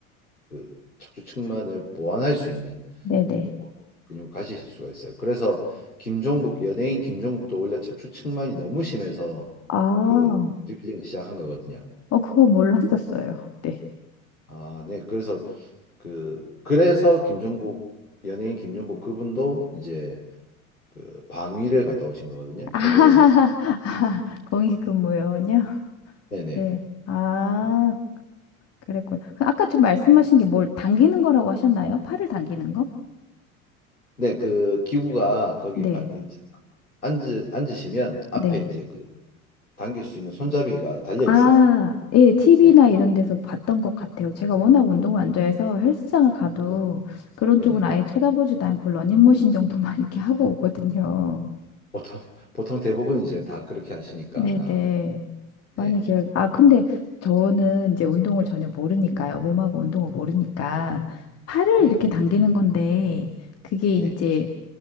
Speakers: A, on the left; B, on the left.
A: 그 척추측만을 보완할 수 있는
B: 네네.
A: 네, 고- 근육을 가지실 수가 있어요. 그래서 김종국 연예인 김종국도 원래 척추측만이 너무 심해서
B: 아,
A: 그 보디빌딩을 시작한 거거든요.
B: 어, 그거 몰랐었어요. 네.
A: 아, 네. 그래서 그 그래서 김종국 연예인 김종국 그분도 이제 그 방위를 갔다 오신 거거든요.
B: 아,
A: 현역을
B: <laughs>
A: 못.
B: 공익근무요원이요?
A: 네네.
B: 네. 아,
A: 네,
B: 그랬군. 그 아까 좀 말씀하신 게 뭘 당기는 거라고 하셨나요? 팔을 당기는 거?
A: 네, 그 기구가 거기
B: 네,
A: 바- 이제 앉으, 앉으시면 앞에
B: 네.
A: 이제 그 당길 수 있는 손잡이가 달려
B: 아,
A: 있어요.
B: 예, TV나
A: 네.
B: 이런 데서 봤던 것 같아요. 제가 워낙 운동을 안 좋아해서 헬스장을 가도
A: 아,
B: 그런
A: 네네.
B: 쪽은 아예 쳐다보지도 않고 러닝머신 정도만 <laughs> 이렇게 하고 오거든요.
A: 보통, 보통 대부분 이제 다 그렇게 하시니까.
B: 네네.
A: 네.
B: 많이 기울, 아, 근데 저는 이제 운동을 전혀 모르니까요. 몸하고 운동을 모르니까 팔을
A: 네.
B: 이렇게 당기는 건데 그게
A: 네.
B: 이제